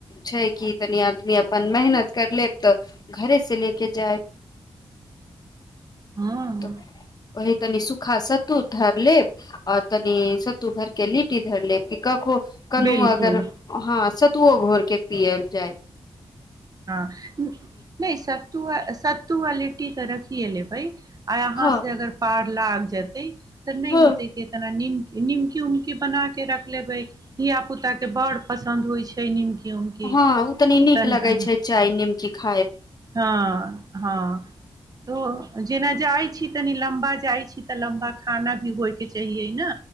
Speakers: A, on the left; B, on the right.
A: छै कि तनि आदमी अपन मेहनत कर लेब तऽ घरे से ले क जाय
B: हँ
A: तऽ ओ तनि सुूखा सत्त धर लेब आओर तनी सतू भरके ल की धर लेके कहूँ कनू
B: बिलकुल
A: अगर हँ तू ओ घोरकें पीएल जाइ
B: हँ नहि सत्त सत्तु आ लिट्टी तऽ रखीए लैबैय आय अहाँ
A: हँ
B: से अगर पार लाग जेतै तऽ नहि
A: हँ
B: होतै कितना नीम निमकी उमकी बना के रख लेबे धिया पुता के बड़ पसंन्द होय छै निमकी उमकी
A: हँ ओ तनी नीक
B: तनिका
A: लगै छै चाय नीमकी खा
B: हँ हँ त जेना जाइत छी तनी लम्बा जाइत छी तऽ लम्बा खाना भी होयके चाहियै ने